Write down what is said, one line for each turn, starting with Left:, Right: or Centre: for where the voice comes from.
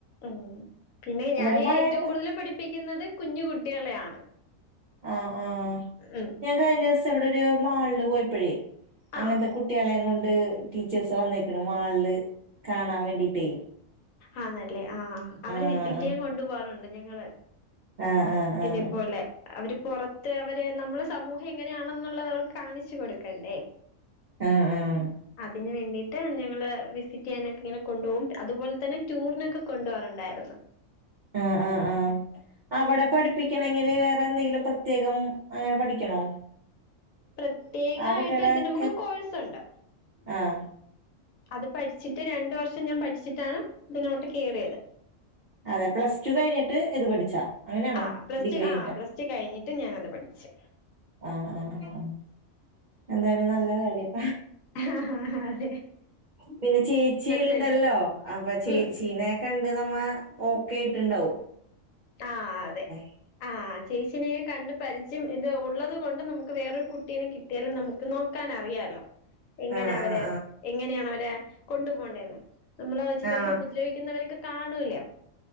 Left: ഉം പിന്നെ ഞാൻ
Right: ഇവിടെ മഴയുണ്ടോ
Left: ഏറ്റവും കൂടുതൽ പഠിപ്പിക്കുന്നത് കുഞ്ഞു കുട്ടികളെയാണ്
Right: ആഹ് ആഹ്
Left: ഉം
Right: ഞാൻ കഴിഞ്ഞ ദിവസം ഇവിടെ ഒരു മാളില് പോയപ്പോഴേ അങ്ങനത്തെ
Left: ആഹ്
Right: കു- ട്ടികളേം കൊണ്ട് ടീച്ചേഴ്സ് വന്നേക്കണ്‌ മാളില് കാണാൻ വേണ്ടീട്ടേ
Left: ആന്നല്ലേ ആഹ് അവരെ
Right: ആഹ്
Left: വിസിറ്റ് ചെയ്യാൻ കൊണ്ടു പോവാറുണ്ട് ഞങ്ങള്
Right: ആഹ് ആഹ് ആഹ്
Left: ഇതേപോലെ
Right: ആഹ്
Left: അവര് പുറത്ത് അവര് നമ്മളെ സമൂഹം എങ്ങനെയാണെന്നുള്ളത് അവർക്ക് കാണിച്ചു കൊടുക്കണ്ടേ
Right: ആഹ് ആഹ്
Left: അതിന് വേണ്ടിട്ട് ട്ട് ഞങ്ങള് വിസിറ്റ് ചെയ്യാനൊക്കെ ഇങ്ങനെ കൊണ്ടുപോകും അതുപോലെ തന്നെ ടൂറിനൊക്കെ കൊണ്ടു പോവാറുണ്ടായിരുന്നു
Right: ആഹ് ആഹ് ആഹ് അവിടെ പഠി- പ്പിക്കണമെങ്കില് വേറെ എന്തെങ്കിലും പ്രത്യേകം അങ്ങനെ പഠിക്കണോ?
Left: പ്രത്യേകമായിട്ട്
Right: ആ കുട്ടികളെക്കെ
Left: ഇതിന് നമുക്ക് കോഴ്സുണ്ട്
Right: ആഹ്
Left: അത് പഠിച്ചിട്ട് രണ്ട് വർഷം ഞാൻ പഠിച്ചിട്ടാണ് ഇങ്ങോട്ട് കയറിയത്
Right: അതെ പ്ലസ് ടു കഴിഞ്ഞിട്ട് ഇത് പഠിച്ചാ അങ്ങനെയാണോ
Left: ആഹ് പ്ലസ്
Right: ഡിഗ്രി
Left: ടു
Right: കഴിഞ്ഞിട്ടാ
Left: ആഹ് പ്ലസ് ടു കഴിഞ്ഞിട്ട് ഞാനത് പഠിച്
Right: ആഹ് ആഹ് ആഹ് എന്തായാലും നല്ല കാര്യം
Left: ആഹ്
Right: പിന്നെ ചേച്ചി യു
Left: ഫീൽഡ്
Right: ണ്ടല്ലോ അപ്പൊ ചേച്ചീനെ
Left: ഉം
Right: കണ്ട് നമ്മ ഓക്കെ ആയിട്ടുണ്ടാവും
Left: ആഹ് അതെ
Right: <inaudible>
Left: ആ ചേച്ചിനെയും കണ്ട് പരിചയം ഇത് ഉള്ളത് കൊണ്ട് നമുക്ക് വേറൊരു കുട്ടീനെ കിട്ടിയാലും നമുക്ക് നോക്കാനറിയാലോ
Right: <inaudible>
Left: എങ്ങനെ അവരെ
Right: ആഹ്
Left: എങ്ങനെയാണ് അവരെ കൊണ്ടു പോണ്ടതെന്ന് നമ്മള് ചിലപ്പോ
Right: ആഹ്
Left: ഉപദ്രവിക്കു ന്നവരൊക്കെ കാണൂലെ